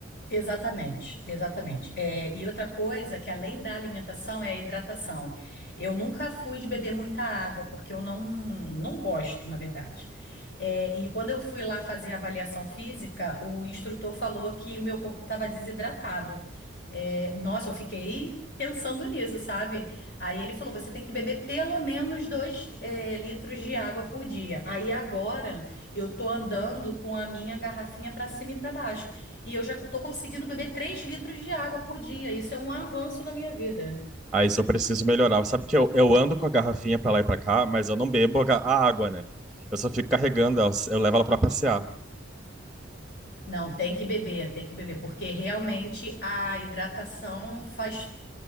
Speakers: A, on the left (about 50°); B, in the centre.
A: Exatamente, exatamente. É, e outra coisa que além da alimentação é a hidratação. Eu nunca fui de beber muita água, porque eu não, não gosto, na verdade. É, e quando eu fui lá fazer a avaliação física, o instrutor falou que o meu corpo estava desidratado. É, nossa, eu fiquei pensando nisso, sabe? Aí ele falou: você tem que beber pelo menos dois, é, litros de água por dia. Aí agora eu tô andando com a minha garrafinha para cima e para baixo. E eu já tô conseguindo beber 3 litros de água por dia. Isso é um avanço na minha vida.
B: Aí isso eu preciso melhorar. Sabe que eu, eu ando com a garrafinha pra lá e pra cá, mas eu não bebo a, ga- a água, né? Eu só fico carregando, ela, eu, levo ela pra passear.
A: Não, tem que beber, tem que beber, porque realmente a hidratação faz,